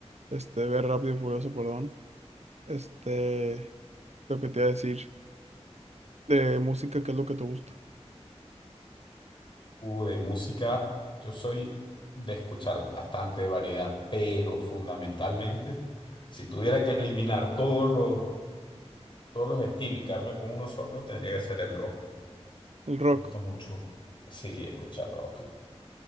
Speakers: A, on the right; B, on the left.
A: este, ver Rápido y Furioso, perdón. Este, Lo que te iba a decir de música, ¿qué es lo que te gusta?
B: Uh, de música, yo soy de escuchar bastante variedad, pero fundamentalmente, si tuviera que eliminar todos los, todos los estilos y quedarme con uno solo, tendría que ser el rock.
A: El rock,
B: Me gusta mucho, sí, escuchar rock.